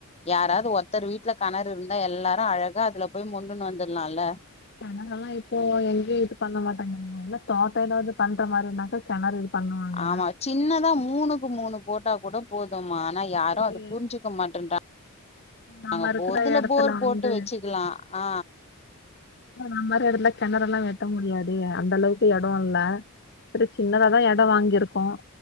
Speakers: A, on the left (about 30°); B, on the left (about 50°).
A: யாராது ஒருத்தர் வீட்டுல கணறு இருந்தா எல்லாரு அழக அதுல போய் மொன்டுன்னு வந்துடாலால
B: கெணரெல்லா இப்போ எங்கேயு இது பண்ண மாட்டங்க அதுக்கு மொதல்ல தோட்டோ எதாவ்து வந்து பண்ற மாதிரி இருந்தாக்க கெணறு இது பண்ணுவாங்க
A: ஆமா சின்னதா மூணுக்கு மூணு போட்டா கூட போதுமா ஆனா யாரு
B: இல்ல,
A: அத புரிஞ்சுக்க மாட்டேன்றாங்க
B: நம்ம
A: நாங்க
B: இருக்கிற
A: போர் அதுல
B: இடத்துல
A: போர் போட்டு
B: வந்து
A: வச்சுக்கலா அ
B: நம் மாரி எடத்துல கெணறெல்லா வெட்ட முடியாது அந்த அளவுக்கு எடோ இல்ல ஒரு சின்னதாதா எடோ வாங்கியிருக்கோ